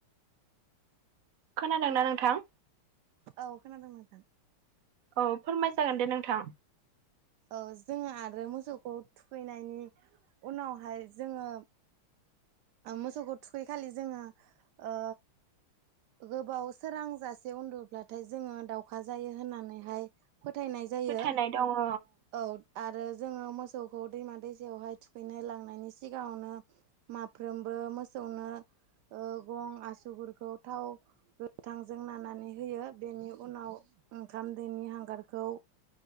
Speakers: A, on the right (about 55°); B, on the right (about 85°).
A: खोनादोंना नोंथां
B: औ खोनादों नोंथां।
A: औ फोरमाय जागोन दे नोंथां
B: औ जोङो आरो मोसौखौ थुखैनायनि उनावहाय जोङो मोसौखौ थुखै खालि जोङो ओ गोबाव सोरांजासे उन्दुब्लाथाय जोङो दावउखा जायो होननानैहाय फोथायनाय जायो
A: फोथायनाय दङ
B: औ। आरो जोङो मोसौखौ दैमा दैसायावहाय थुखैनो लांनायनि सिगाङावनो सफ्रोमबो मोसौनो गं आसुगुरखौ थाव गोथांजों नानानै होयो बेनि उनाव ओंखाम दोनि हांगारखौ